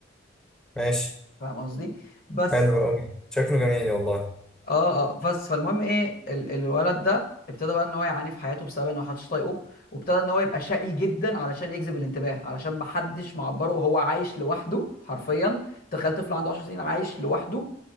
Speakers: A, in the centre; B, on the left.
A: ماشي
B: فاهم قصدي بس
A: حلو اوي شكله جميل والله
B: اه اه بس فالمهم ايه ال الولد ده ابتدى بقى ان هو يعاني في حياته بسبب ان محدش طايقه وابتدى ان هو يبقى شقي جدا علشان يجذب الانتباه علشان محدش معبره وهو عايش لوحده حرفيا تخيل طفل عنده 10 سنين عايش لوحده